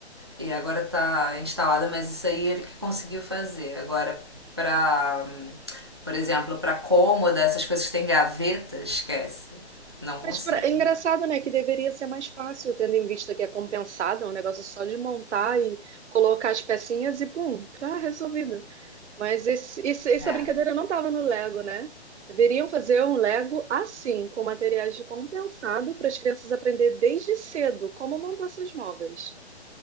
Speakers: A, on the right; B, on the right.
A: E agora tá instalada, mas isso aí ele que conseguiu fazer. Agora, pra, por exemplo, pra cômoda, essas coisas que tem gaveta, esquece. Não consigo.
B: Mas pra- é engraçado, né? Que deveria ser mais fácil, tendo em vista que é compensada, é um negócio só de montar e colocar as pecinhas e pum, tá resolvido. Mas esse, esse- essa
A: É.
B: brincadeira não estava no Lego, né? Deveriam fazer um Lego assim, com materiais de compensado, para as crianças aprender desde cedo como montar seus móveis.